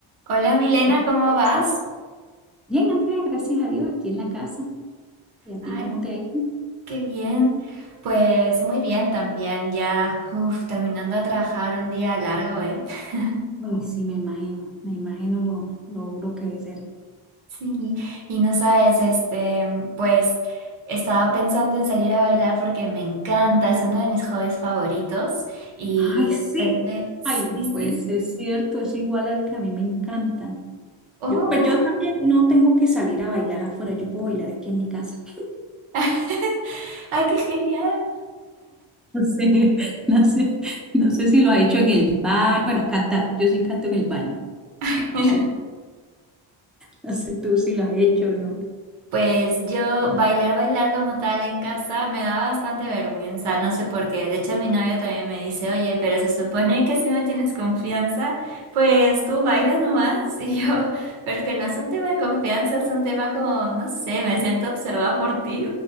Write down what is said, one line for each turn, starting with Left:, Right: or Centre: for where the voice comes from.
Right: Hola Milena,
Centre: Gracias,
Right: ¿cómo
Centre: ¿cómo
Right: vas?
Centre: estás? Bien, Andrea, gracias a Dios, aquí en la casa. ¿Y a
Right: Ay,
Centre: ti cómo te ha ido?
Right: qué bien. Pues muy bien también, ya uf, terminando de trabajar un día largo, ¿eh? <laughs>
Centre: Ay, sí, me imagino, me imagino lo, lo duro que debe ser.
Right: Sí, y no sabes, este, pues estaba pensando en salir a bailar porque me encanta, es uno de mis hobbies favoritos y
Centre: Ay,
Right: de
Centre: sí.
Right: repente, sí,
Centre: Ay, no puede
Right: sí,
Centre: ser cierto, es igual al que a mí me encanta.
Right: oh,
Centre: Yo, pues yo también no tengo que salir a bailar afuera, yo puedo bailar aquí en mi casa. <laughs>
Right: <laughs> ay, qué genial.
Centre: No sé, no sé, no sé si lo has hecho en el baño. Bueno, cantar, yo sí canto en el baño.
Right: <laughs>
Centre: No sé, no sé tú si lo has hecho o no.
Right: Pues yo bailar, bailar como tal en casa me da bastante vergüenza, no sé por qué. De hecho, mi novio también me dice, oye, pero se supone que si me tienes confianza, pues tú baila nomás. <laughs> Y yo, pero es que no es un tema de confianza, es un tema como, no sé, me siento observada por ti.